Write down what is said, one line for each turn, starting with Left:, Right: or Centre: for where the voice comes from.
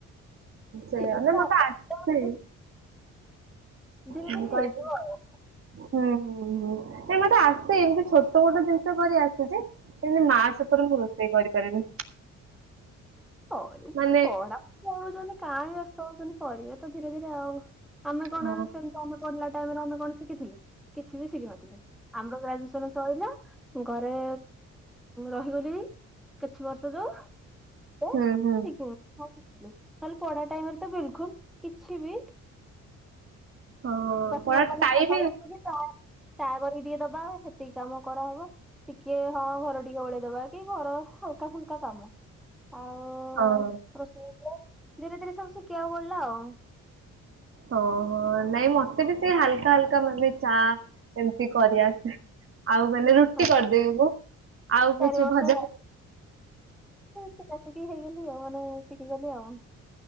Right: ସେଇଆ
Centre: ଧୀରେ ଧୀରେ
Right: ମତେ ତ ଆସେନି।
Centre: ଧୀରେ
Right: ହଁ
Centre: ଧୀରେ
Right: କାଇ।
Centre: ହେଇଯିବ ଆଉ।
Right: ହୁଁ ହ୍ନୁ ହଁ। ନାଇଁ ମତେ ଆସେ। ଏମିତି ଛୋଟ ମୋଟ ଜିନିଷ କରି ଆସେ ଯେ। କିନ୍ତୁ ମା ସହିତ ମୁଁ ରୋଷେଇ କରିପାରେନି।
Centre: ପଢା
Right: ମାନେ
Centre: ପଢୁଛନ୍ତି କରୁଛନ୍ତି କାଇଁ ବ୍ୟସ୍ତ ହଉଛନ୍ତି କରିବେ ତ ଧୀରେ ଧୀରେ ଆଉ। ଆମେ କଣ
Right: ହଁ
Centre: ସେମତି ଆମେ ପଢିଲା ଟାଇମରେ ଆମେ କଣ ଶିଖିଥିଲୁ କିଛି ବି ଶିଖିିନଥିଲୁ। ଆମର ଗ୍ରାଜୁଏସନ ସଇଲା ଘରେ ରହିଗଲି। କିଛି ବର୍ଷ ଯୋଉ। ଏ
Right: ହଁ ହଁ।
Centre: ନହେଲେ ପଢା ଟାଇମରେ ତ ବିଲକୁଲ କିଛି ବି।
Right: ହଁ
Centre: ବାସ
Right: ପଳା
Centre: ଖାଲି
Right: ଟାଇମ
Centre: ସକାଳୁ ଉଠିଲି ଚା। ଚା କରିକି ଟିକେ ଦବା ସେତିକି କାମ କରାହବ ଟିକେ ହଁ ଘର ଟିକେ ଓଳେଇ ଦବା କି। ଏଇ ଘର ହାଲକା ଫୁଲକା କାମ ଆଉ।
Right: ହଁ
Centre: ଧୀରେ ଧୀରେ ସବୁ ଶିଖିବାକୁ ପଡିଲା ଆଉ।
Right: ହଉ ନାଇଁ ମତେ ବି ସେଇ ହାଲକା ହାଲକା ମାନେ ଚା। ଏମିତି କରିଆସେ। ଆଉ ମାନେ ରୁଟି। ରୁଟି
Centre: ହଁ
Right: କରିଦେବି ମୁ ଆଉ
Centre: ଚାରି
Right: କିଛି
Centre: ବର୍ଷ
Right: ଭଜା।
Centre: ଶିକାସିକି ହେଇଗଲି ଆଉ ମାନେ ଶିଖିଗଲି ଆଉ।